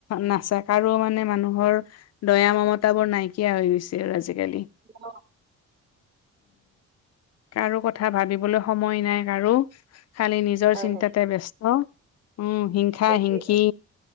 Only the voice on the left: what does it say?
নাচায় কাৰো মানে মানুহৰ দয়া মমতা বোৰ নাইকিয়া হৈ গৈছে আৰু আজিকালি।
কাৰো কথা ভাবিবলৈ, সময় নাই কাৰো খালি নিজৰ
চিন্তাতে
ব্যস্ত, উম। হিংসা-
হিনখি